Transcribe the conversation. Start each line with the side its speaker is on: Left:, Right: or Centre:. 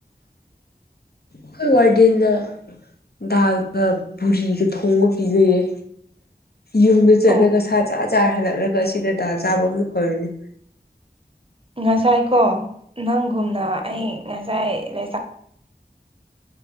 Left: ꯑꯈꫭꯏ ꯋꯥꯗꯤꯟꯅ ꯗꯥꯜꯒ ꯄꯨꯣꯔꯤꯒ ꯊꯣꯡꯕ ꯄꯤꯖꯩꯌꯦ ꯌꯨꯝꯗ ꯆꯠꯂꯒ
Right: ꯑꯣ
Left: ꯁꯥ ꯆꯥꯔ ꯆꯥꯔ ꯍꯜꯂꯛꯂꯒ ꯑꯁꯤꯗ ꯗꯥꯜ ꯆꯥꯕ ꯑꯃꯨꯛ ꯑꯣꯏꯔꯅꯤ
Right: ꯉꯁꯥꯏ ꯀꯣ ꯅꯪꯒꯨꯝꯅ
Left: ꯎꯝ
Right: ꯑꯩ ꯉꯁꯥꯏꯆ